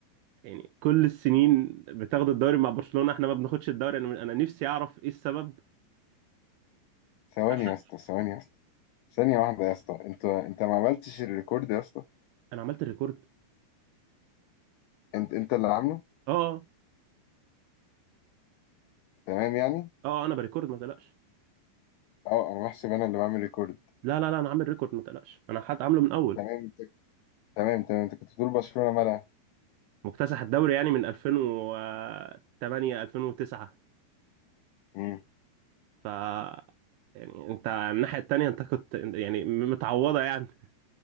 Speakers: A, on the right (about 80°); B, on the left (about 85°).
A: يعني كل السنين بتاخد الدوري مع برشلونه احنا ما بناخدش الدوري انا انا نفسي اعرف ايه السبب
B: ثواني
A: حتى
B: يا اسطى ثواني يا اسطى ثانية واحدة يا اسطى انت انت ما عملتش الريكورد يا اسطى
A: انا عملت الريكورد
B: انت انت اللي عامله
A: اه
B: تمام يعني
A: اه اه انا بريكورد ما تقلقش
B: اه انا بحسب انا اللي بعمل ريكورد
A: لا لا لا انا عامل ريكورد ما تقلقش انا حد عامله من اول
B: تمام انت تمام تمام انت كنت بتقول برشلونة مالها
A: مكتسح الدوري يعني من 2008 2009
B: امم
A: ف يعني انت على الناحية التانية انت كنت يعني متعوضة يعني